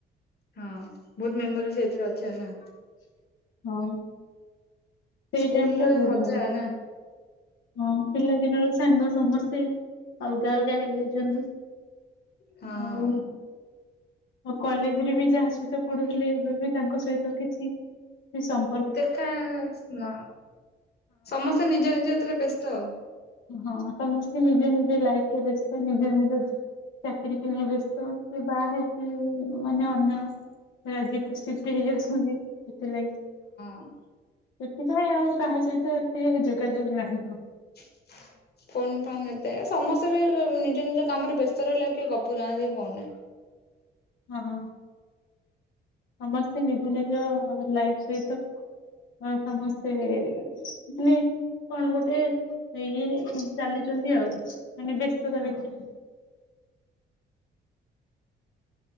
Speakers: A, on the left (about 55°); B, on the left (about 85°).
A: ହଁ ବହୁତ ମେମୋରି ସେଇଥିରେ ଅଛି ଆଉ ନା?
B: ହଁ। ସେଇ
A: ସ୍କୁଲ୍
B: ଟାଇମ୍ ଟା
A: ର
B: ବହୁତ
A: ଏ ମଜା
B: ଭଲ
A: ନା?
B: ହଁ ପିଲାଦିନର ସାଙ୍ଗ ସମସ୍ତେ ଅଲଗା ଅଲଗା ହେଇଯାଇଛନ୍ତି।
A: ହଁ।
B: ଆଉ ଆଉ କଲେଜରେ ବି ଯାହା ସହିତ ପଢୁଥିଲେ ଏବେ ବି ତାଙ୍କ ସହିତ କିଛି ଏ ସ
A: ଦେଖା ନ ସମସ୍ତେ ନିଜ ନିଜ ତିରେ ବ୍ୟସ୍ତ ଆଉ।
B: ହଁ ସମସ୍ତେ ନିଜେ ନିଜେ ଲାଇଫରେ ବ୍ୟସ୍ତ ନିଜେ ନିଜେ ଚାକିରି କି ନେଇ ବ୍ୟସ୍ତ କିଏ ବାହା ହେଇ ଉଁ ମାନେ ଅନ୍ୟ ରାଜ୍ୟକୁ ସିଫ୍ଟ ହେଇଆସନ୍ତି। ସେଥିଲାଗି
A: ହଁ।
B: ସେଥିପାଇଁ ଆଉ କାହା ସହିତ ଏତେ ଯୋଗାଯୋଗ ନାହିଁ ତ।
A: <inaudible> ଫୋନ୍ ଫାନ୍ ଏତେ ସମସ୍ତେ ବି ନିଜ ନିଜ କାମରେ ବ୍ୟସ୍ତ ରହିଲେ ଆଉ କିଏ ଗପୁନାହାଁନ୍ତି ଫୋନରେ।
B: ହଁ ହଁ ସମସ୍ତେ ନିଜ ନିଜ ଲାଇଫ ସହିତ ଆଉ ସମସ୍ତେ ମାନେ କଣ ଗୋଟେ ଇଏରେ ଚାଲିଚନ୍ତି ଆଉ ମାନେ ବ୍ୟସ୍ତତା
A: ହଁ।
B: ଭିତରେ।